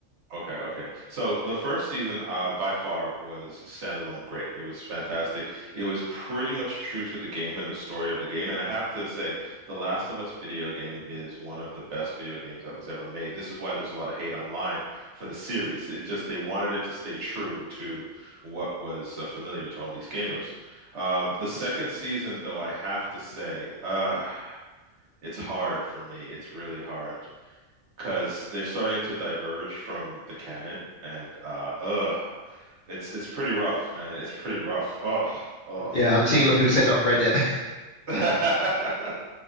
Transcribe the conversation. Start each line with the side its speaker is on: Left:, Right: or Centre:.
Right: Okay, okay. So the first season, uh, by far, was standalone great. It was fantastic. It was pretty much true to the game and the story of the game. And I have to say, The Last of Us video game is one of the best video games that was ever made. This is why there's a lot of hate online for the series. It just they wanted it to stay true to what was uh, familiar to all these gamers. Um, the second season, though, I have to say, uh, it's hard for me. It's really hard because they're starting to diverge from the canon, and uh, ugh, it's it's pretty rough, man. It's pretty rough. Oh, oh.
Left: yeah, I'm seeing a lot of people say that on Reddit. <laughs>
Right: <laughs>